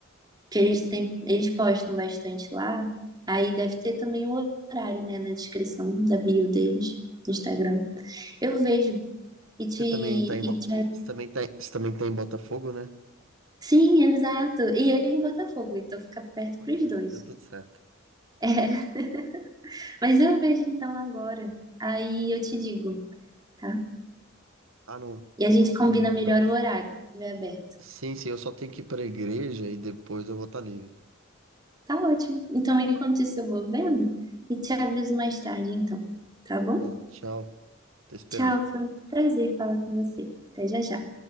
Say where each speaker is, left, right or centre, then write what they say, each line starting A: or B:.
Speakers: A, on the right (about 20°); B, on the right (about 80°).
A: que eles têm, eles postam bastante lá. Aí deve ter também o horário, né, na descrição da bio deles no Instagram. Eu vejo e te,
B: Você
A: e
B: também tá em, Bo...
A: te-
B: Você também tá... em- Você também tá em Botafogo, né?
A: sim, exato. E ele é em Botafogo, então fica perto
B: Olha,
A: pros dois.
B: deu tudo certo.
A: É, <laughs> mas eu vejo então agora. Aí eu te digo, tá?
B: Ah, não.
A: E a gente combina
B: Beleza,
A: melhor
B: então.
A: o horário, se estiver aberto.
B: Sim, sim, eu só tenho que ir pra igreja e depois eu vou estar livre.
A: Tá ótimo. Então, enquanto isso, eu vou vendo e te aviso mais tarde, então. Tá bom?
B: Então tá, tchau. Tô esperando.
A: Tchau, foi um prazer falar com você. Até já já.